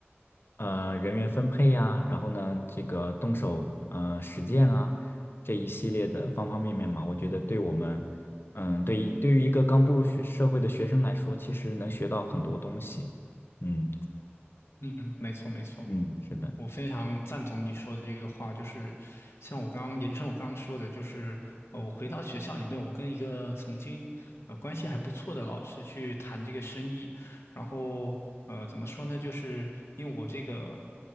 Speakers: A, on the left (about 55°); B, on the left (about 75°).
A: 呃人员分配呀、然后呢这个动手呃实践啊这一系列的方方面面嘛，我觉得对我们嗯对于对于一个刚步入学社会的学生来说，其实能学到很多东西。嗯
B: 嗯，没错没错，
A: 嗯，是的，
B: 我非常赞同你说的这个话，就是像我刚刚严伸我刚刚说的，就是呃我回到学校里面，我跟一个曾经呃关系还不错的老师去谈这个生意。然后呃，怎么说呢？就是因为我这个